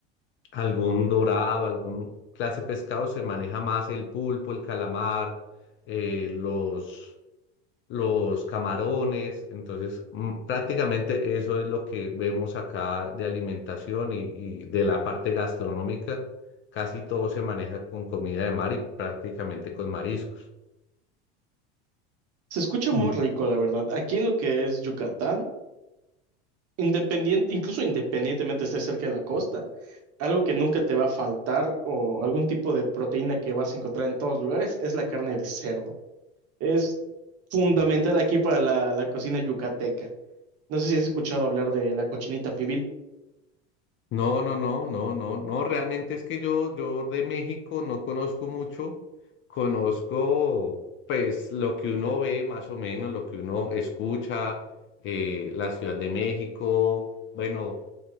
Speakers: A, on the left; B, on the right.
A: algún dorado, algún clase de pescado, se maneja más el pulpo, el calamar, eh, los los camarones, entonces mm, prácticamente eso es lo que vemos acá de alimentación y, y de la parte gastronómica, casi todo se maneja con comida de mar y prácticamente con mariscos. <clears throat>
B: Se escucha
A: Mm.
B: muy rico, la verdad. Aquí en lo que es Yucatán, independiente, incluso independientemente esté cerca de la costa, algo que nunca te va a faltar o algún tipo de proteína que vas a encontrar en todos lugares es la carne de cerdo. Es fundamental aquí para la, la cocina yucateca. No sé si has escuchado hablar de la cochinita pibil.
A: No, no, no, no, no, no, realmente es que yo, yo de México no conozco mucho, conozco pues lo que uno ve más o menos, lo que uno escucha, eh, la Ciudad de México, bueno.